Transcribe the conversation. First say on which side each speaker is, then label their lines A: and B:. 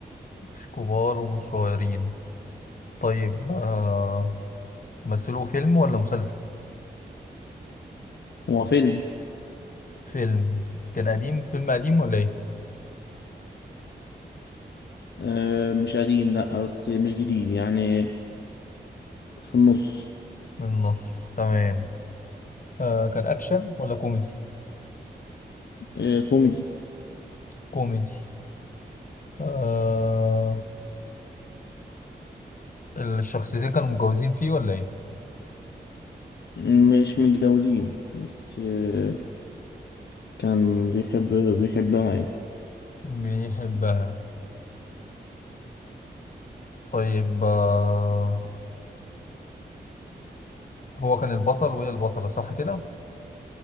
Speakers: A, on the left (about 50°); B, on the left (about 70°).
A: مش كبار ومش صغيرين طيب آه مثلوا فيلم ولا مسلسل
B: هو فيلم
A: فيلم كان قديم فيلم قديم ولا ايه
B: آه، مش قديم لا بس مش جديد يعني في النص
A: من النص تمام آه كان أكشن ولا كوميدي؟
B: آه، كوميدي
A: كوميدي آه الشخصيتين كانوا متجوزين فيه ولا إيه؟
B: مش متجوزين بس آه، كان بيحب بيحبها يعني
A: بيحبها طيب آه هو كان البطل وهي البطلة صح كده؟